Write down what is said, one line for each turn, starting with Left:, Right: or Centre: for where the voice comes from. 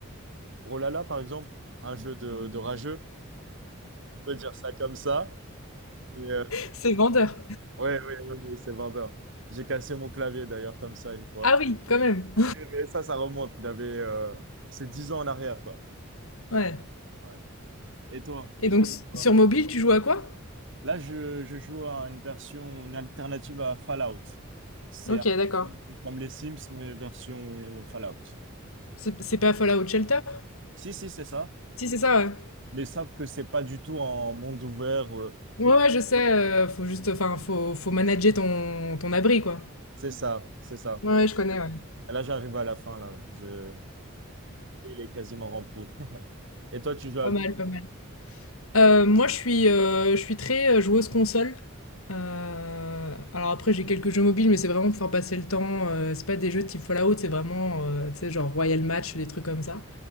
Right: Brawlhalla, par exemple, un jeu de, de rageux, on peut dire ça comme ça. Et, euh,
Left: C'est vendeur.
Right: Ouais, ouais, ouais, ouais, c'est vendeur. J'ai cassé mon clavier d'ailleurs comme ça une fois.
Left: Ah oui, quand même.
Right: Ouais, mais ça, ça remonte. J'avais, euh, c'est 10 ans en arrière, quoi.
Left: Ouais.
Right: Ouais. Et toi?
Left: Et
Right: Tu
Left: donc,
Right: fais
Left: s-
Right: quoi?
Left: sur mobile, tu joues à quoi?
Right: Là, je, je joue à une version, une alternative à Fallout. C'est
Left: Ok,
Right: un-
Left: d'accord.
Right: comme les Sims, mais version Fallout.
Left: C'est c'est pas Fallout Shelter?
Right: Si, si, c'est ça.
Left: Si, c'est ça, ouais.
Right: Mais sauf que c'est pas du tout en monde ouvert. euh,
Left: Ouais,
Right: Non,
Left: ouais, je sais. euh, faut juste, enfin, faut, faut manager ton, ton abri, quoi.
Right: c'est ça, c'est ça.
Left: Ouais, ouais, je connais, ouais.
Right: Et là, j'arrive à la fin, là. Je- Il est quasiment rempli. <laughs> Et toi, tu joues à...
Left: Pas mal,
Right: Ok.
Left: pas mal. Euh, moi, je suis, euh, je suis très euh, joueuse console. Euh, alors après, j'ai quelques jeux mobiles, mais c'est vraiment pour faire passer le temps. euh, c'est pas des jeux type Fallout, c'est vraiment, euh, tu sais, genre Royal Match, des trucs comme ça.